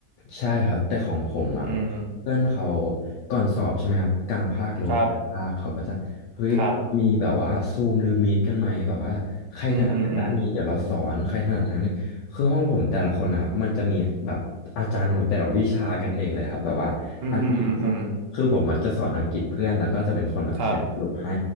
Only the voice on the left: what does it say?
ใช่ครับแต่ของผมอ่ะ
เพื่อนเขาก่อนสอบใช่ไหมครับกลางภาคหรือว่าปลายภาคเขาก็จะเฮ้ยมีแบบว่าซูมหรือมีดกันไหมแบบว่าใครถนัดทางด้านนี้เดี๋ยวเราสอนใครถนัดทางนี้คือห้องผมแต่ละคนนะครับมันจะมีแบบอาจารย์ของแต่ละวิชากันเองเลยครับแบบว่าอังกฤษคนหนึ่งคือผมอะจะสอนอังกฤษเพื่อนแล้วก็จะเป็นคนแบบเขียนสรุปให้